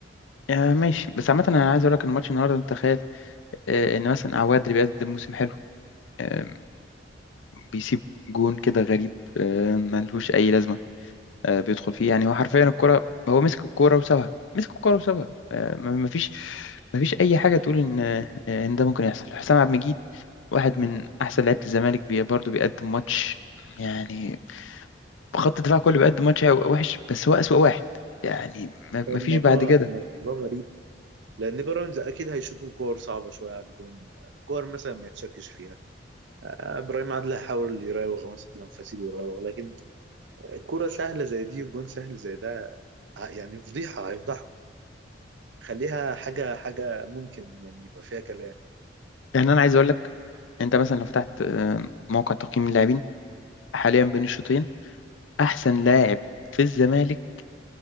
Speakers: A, on the left; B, on the right.
A: آه، ماشي بس عامة أنا عايز أقول لك إن ماتش النهاردة أنت تخيل آه، إن مثلا عواد اللي بيقدم موسم حلو آه، بيسيب جون كده غريب آه، ملهوش أي لازمة آه، بيدخل فيه يعني هو حرفيا الكرة هو مسك الكرة وسابها مسك الكرة وسابها آه، ما- مفيش مفيش أي حاجة تقول إن آه، إن ده ممكن يحصل حسام عبد المجيد واحد من احسن لعيبه الزمالك بي برضه بيقدم ماتش يعني خط الدفاع كله بيقدم ماتش وحش بس هو اسوأ واحد يعني ما ما
B: هو الموضوع
A: فيش بعد كده
B: الموضوع غريب لان بيراميدز اكيد هيشوطوا كور صعبه شويه على الجون كور مثلا ما يتشكش فيها آه، ابراهيم عادل هيحاول يراوغ مثلا فسيبه يراوغ لكن الكوره سهله زي دي والجون سهل زي ده ه- يعني فضيحه هيفضحكم خليها حاجه حاجه ممكن يعني يبقى فيها كلام
A: يعني انا عايز اقول لك انت مثلا لو فتحت آه، موقع تقييم اللاعبين حاليا بين الشوطين احسن لاعب في الزمالك